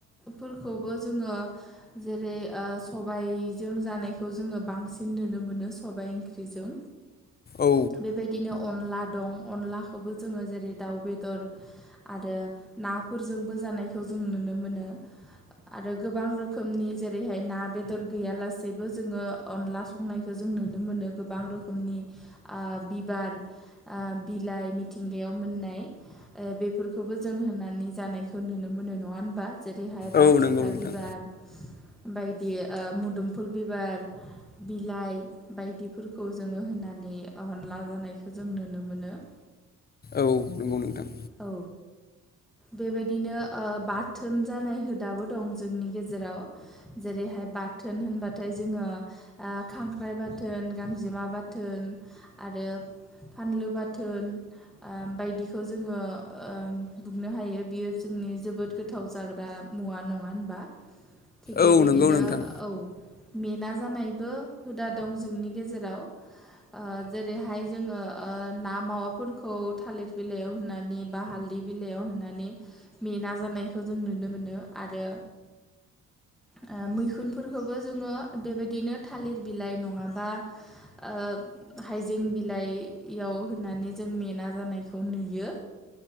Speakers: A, in the centre; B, on the left.
A: फोरखौबो जोङो जेरै ओ सबायजों जानायखौ जोङो बांसिन नुनो मोनो सबबाय ओंख्रिजों
B: औ
A: बेबायदिनो अनला दं अनलाखौबो जोङो जेरै दाउ बेदर आरो ना हाफोरजोंबो जानायखौ जों नुनो मोनो। आरो गोबां रोखोमनि जेरैहाय ना बेदर गैयालासेबो जोङो अनला संनायखौ जों नु नुनो मोनो गोबां रोखोमनिआ ओ बिबार ओ बिलाइ मिथिंगायाव मोननाय नाय ओ बेफोरखौबो जों होनानै जानायखौ नुनो मोनो नङा होनबा ज जेरैहाय बासिखा
B: औ नंगौ नोंथां
A: बिबार बायदि ओ मोदुमफुल बिबार बिलाइ बायदिफोरखौ जोङो होनानै अनला जानायखौ जों नुनो मोनो। <inaudible>
B: औ नंगौ नोंथां।
A: औ। बेबायदिनो ओ बाथोन जानाय हुदाबो दं जोंनि गेजेराव जेरै बेहाय बाथोन होनबाथाय जोङो ओ खांख्राइ बाथोन गांजेमा बाथोन आरो फानलु बाथोन ओम बायदिखौ जोङो ओम बुंनो हायो बियो जोंनि जोबोद गोथाव जाग्रा मुवा नङा होनबा थिग बेबायदिनो
B: औ नंगौ नोंथां
A: औ। मेना जानायबो हुदा दं जोंनि गेजेराव ओ जेरैहाय जोङो ओ ना मावाफोरखौ थालिर बिलाइयाव हो नानि बा हालदै बिलाइयाव होनानै मेना जानायखौ जों नुनो मोनो आरो <inaudible> ओ मैखुनफोरखौबो जोङो बेबायदिनो थालिर बिलाइ नङाबा ओ हाइजें बिलाइयाव होननानै जों मेना जानायखौ नुयो।